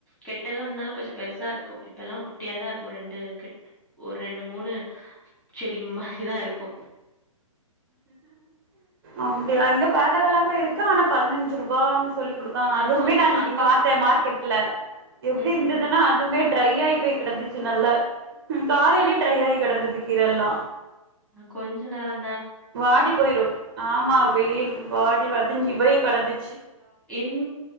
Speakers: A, in the centre; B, on the right (about 40°).
A: கெட் கெட் எல்லாம் முன்னெல்லா கொஞ்சோ பெருசா இருக்கோ இப்ப எல்லா குட்டியாதா இருக்கோ ரெண்டு கெட் ஒரு ரெண்டு மூணு செடி மாரிதா இருக்கோ
B: அப்டியா இங்க பரவால்லாம இருக்கு ஆனா பதினஞ்சு ரூபான்னு ஸ் சொல்லி குடுக்காங்க.
A: அங்க
B: அதுமே
A: வந்து
B: நா இன்னிக்கு
A: அங்க
B: பாத்தே மார்க்கெட் இல்ல எப்டி
A: ம்
B: இருந்துன்னா
A: ம்
B: அதுமே ட்ரை ஆகி போய் கிடந்துச்சு நல்ல காலையிலயே ட்ரை ஆகி கிடந்தது கீரல்லா
A: ம் கொஞ்ச நேரம்
B: வாடி போயிரும் ஆமா வெயில் வாடி வதங்கி போய் கடந்து
A: இன்